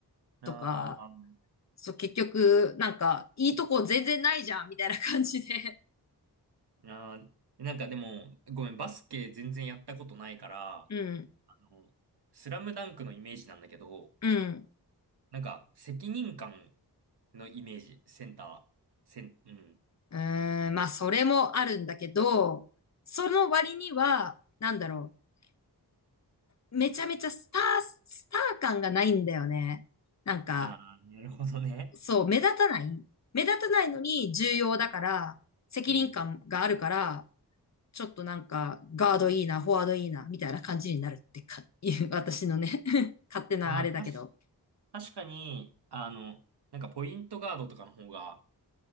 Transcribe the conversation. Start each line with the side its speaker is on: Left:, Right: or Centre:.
Right: うん。
Left: とか、
Right: あー
Left: そう、結局、なんか、いいとこ全然ないじゃん、みたいな感じで。
Right: あー、なんかでも、ごめん、バスケ全然やったことないから、あ
Left: <laughs> うん、
Right: の、スラムダンクのイメージなんだけど、
Left: うん。
Right: なんか、責任感のイメージ、センター、セン、うん。
Left: うーん、まあ、それもあるんだけど、その割には、なんだろう。めちゃめちゃスター、スター感がないんだよね。なんか、
Right: ああ、なるほどね。
Left: そう、目立たない目立たないのに重要だから、責任感があるから、
Right: うん。
Left: ちょっとなんか、ガードいいな、フォワードいいな、みたいな感じになるってか、いう、私のね <laughs> 勝手なあれだけど。
Right: まあまあ、たし、確かに、あの、なんかポイントガードとかの方が、